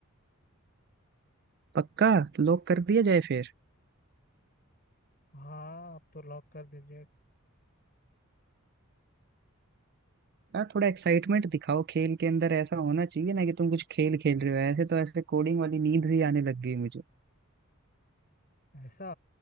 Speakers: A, on the right; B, on the left.
A: पक्का लॉक कर दिया जाए फिर
B: हाँ आप तो लॉक कर दीजिए
A: यार थोड़ा एक्साइटमेंट दिखाओ खेल के अंदर ऐसा होना चाहिए ना कि तुम कुछ खेल खेल रहे हो ऐसे तो ऐसे कोडिंग वाली नींद ही आने लग गई मुझे
B: ऐसा